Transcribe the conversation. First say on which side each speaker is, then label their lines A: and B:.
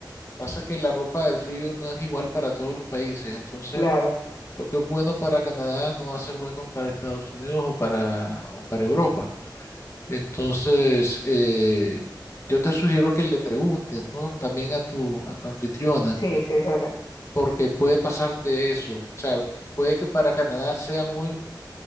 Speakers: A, on the left; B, on the left.
A: Pasa que la ropa de frío no es igual para todos los países, entonces
B: claro,
A: lo que es bueno para Canadá no va a ser bueno para Estados Unidos o para, o para Europa. Entonces, eh, yo te sugiero que le preguntes, ¿no? También a tu, a tu anfitriona,
B: sí, sí, es verdad.
A: porque puede pasarte eso. O sea, puede que para Canadá sea muy,